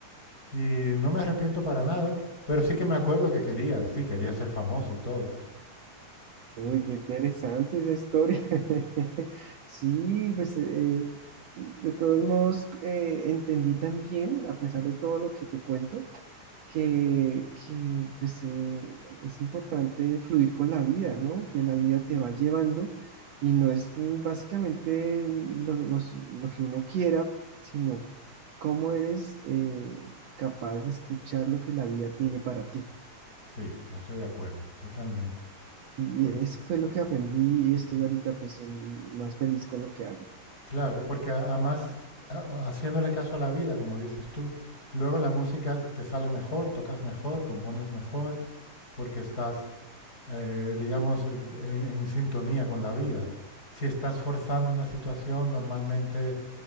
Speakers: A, on the left (about 25°); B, on the right (about 60°).
A: Y no me arrepiento para nada, pero sí que me acuerdo que quería, sí, quería ser famoso y todo.
B: Uy, qué interesante esa historia. <laughs> Sí, pues eh, de todos modos eh, entendí también, a pesar de todo lo que te cuento, que, que, pues, eh, es importante fluir con la vida, ¿no? Que la vida te va llevando y no es mm, básicamente mm, lo, los- lo que uno quiera, sino cómo eres eh, capaz de escuchar lo que la vida tiene para ti.
A: Sí, estoy de acuerdo, totalmente.
B: Y
A: Por-
B: eso fue lo que aprendí y estoy ahorita pues mm, más feliz con lo que hago.
A: claro, porque a- además, a- haciéndole caso a la vida, como dices tú, luego la música te sale mejor, tocas mejor, compones mejor, porque estás, eh, digamos, en, en sintonía con la vida. Si estás forzando una situación, normalmente